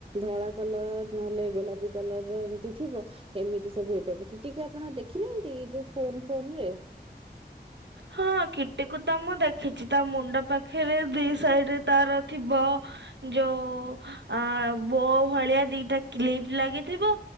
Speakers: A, on the right; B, on the right.
A: ଧଳା କଲର ନହେଲେ ଗୋଲାପୀ କଲରର ଥି ଥିବ ଏମିତି ସବୁ ହୋଇଥିଏ କିଟି ଆପଣ ଦେଖିନାହାନ୍ତି ଯୋଉ ଫୋନ ଫୋନରେ?
B: ହଁ କିଟିକୁ ତ ମୁଁ ଦେଖିଛି ତା ମୁଣ୍ଡ ପାଖରେ ଦି ସାଇଡରେ ତାର ଥିବ। ଯୋଉ ଆ ବୋ ଭଳିଆ ଦିଟା କ୍ଲିପ୍ ଲାଗିଥିବ।